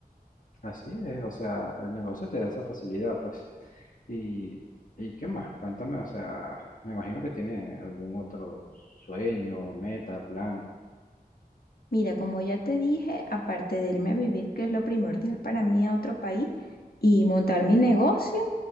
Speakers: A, on the left (about 55°); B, on the left (about 70°).
A: Así es, o sea, el negocio te da esa facilidad pues. ¿Y, y qué más? Cuéntame, o sea, me imagino que tienes algún otro sueño, meta, plan.
B: Mira, como ya te dije, aparte de irme a vivir, que es lo primordial para mí a otro país, y montar mi negocio,